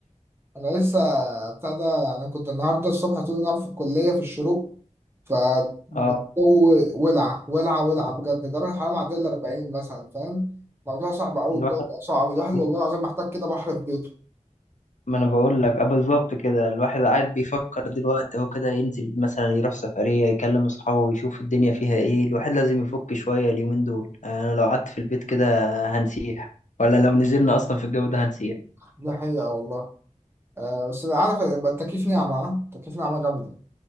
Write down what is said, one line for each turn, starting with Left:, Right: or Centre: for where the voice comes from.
Right: أنا لسه بتاع ده أنا كنت النهارده الصبح طول النهار في الكلية في الشروق فالجو
Left: اه
Right: ولع ولع ولع بجد درجة الحرارة معدية ال 40 مثلا فاهم الموضوع صعب أوي
Left: الواحد
Right: الجو بقى صعب الواحد
Left: بص
Right: والله العظيم محتاج كده بحر في بيته
Left: ما انا بقول لك اه بالظبط كده الواحد قاعد بيفكر دلوقتي هو كده ينزل مثلا يروح سفريه يكلم اصحابه يشوف الدنيا فيها ايه الواحد لازم يفك شويه اليومين دول انا لو قعدت في البيت كده هنسيح ولا لو نزلنا اصلا في الجو ده هنسيح
Right: دي حقيقة والله آه بس عارف يبقى التكييف نعمة ها؟ التكييف نعمة جامدة